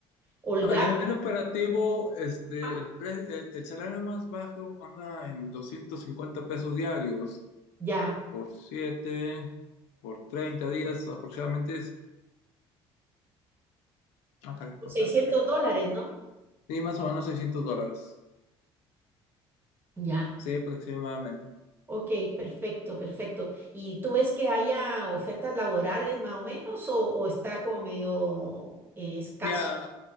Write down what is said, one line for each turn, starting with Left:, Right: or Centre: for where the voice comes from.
Right: holgado,
Left: A nivel operativo, este,
Right: ah,
Left: el, pre- el- el salario más bajo anda en 250 pesos diarios
Right: ya,
Left: por siete por 30 días aproximadamente es... ah, caray, espérame,
Right: 600
Left: espérame.
Right: dólares, ¿no?
Left: Sí, más o menos 600 dólares.
Right: Ya.
Left: Sí, aproximadamente.
Right: Ok, perfecto, perfecto. ¿Y tú ves que haya ofertas laborales más o menos o, o está como medio eh, escaso?
Left: Ya,